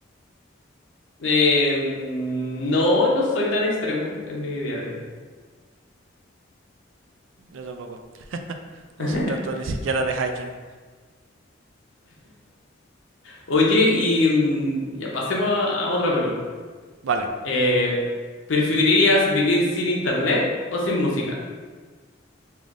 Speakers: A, on the left (about 75°); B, on the right (about 80°).
A: Eh, mm, no, no soy tan extremo en mi día a día.
B: Yo tampoco. No
A: <laughs>
B: soy tanto ni siquiera de hiking.
A: Oye, y mm, ya pasemos a, a otra pregunta.
B: Vale,
A: Eh, ¿preferirías vivir sin internet o sin música?